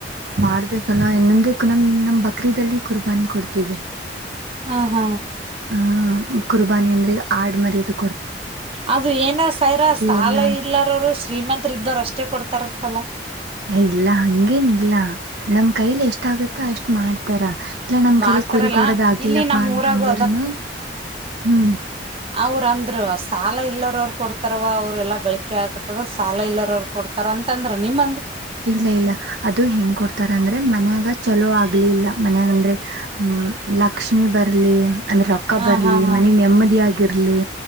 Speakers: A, on the right (about 65°); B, on the right (about 35°).
A: ಮಾಡ್ಬೇಕಲ್ಲ ಇನ್ನೊಂದ ನಮ್ ನಮ್ ಬಕ್ರೀಿದಲ್ಲಿ ಕುರ್ಬಾನಿ ಕೊಡ್ತೇವಿ
B: ಹ್ಮ ಹಾ
A: ಆ ಕುರ್ಬಾನಿ ಅಂದ್ರೆ ಆಡ್ ಮರ್ಯೋದಕ್ಕೆ
B: ಅದು ಏನ ಸೈರ ಸಾಲ
A: ಎಲ್ಲ
B: ಇಲ್ಲಾರರು ಶ್ರೀಮಂತತ್ರ ಇದ್ದರು ಅಷ್ಟೇ ಕೊಡ್ತ ತರಂತಲ್ಲ
A: ಇಲ್ಲ ಹಂಗೇನ ಇಲ್ಲ ನಮ್ ಕೈಲಿ ಎಷ್ಟಾಗುತ್ತೋ ಅಷ್ಟ್ ಮಾಡ್ತಾರ ಇಲ ನಮ್
B: ಮಾಡ್ತಾರಲ್ಲಾ
A: ಕಲ್ಲಿ ಕುರಿ ಕೊಡೋದ ಆಗಿಲ್ಲಪ್ಪಾ
B: ಇಲ್ಲಿ ನಮ್
A: ಅಂತಂದ್ರನು
B: ಊರಾಗು
A: ಹ್ಮ್
B: ಅವ್ರಂದ್ರ ಸಾಲ ಇಲ್ಲರ ಅವರು ಕೊಡ್ತಾರವ ಅವ್ರ ಎಲ್ಲ ಗಳಿಕೆ ಆಕತದ ಸಾಲ ಇಲ್ಲರವ್ರ ಕೊ ತಾರ ಅಂತಂದ್ರ ನಿಮ್ಮ
A: ಇಲ್ಲ ಇಲ್ಲ ಅದು ಹೆಂಗ್ ಕೊಡ್ತಾರ ಅಂದ್ರೆ ಮನ್ಯಾಗ ಚಲೋ ಆಗ್ಲಿಲ್ಲ ಮನ್ಾಗಂದ್ರೆ ಹ್ಮ್ ಲಕ್ಷ್ಮಿ ಬರ್ಲಿ ಅಂದ್ರೆ ರೊಕ್ಕ
B: ಹ
A: ಬರ್ಲಿ
B: ಹಾ ಹಾ
A: ಮನ ನೆಮ್ಮದಿಯಾಗಿ ರ್ಲಿ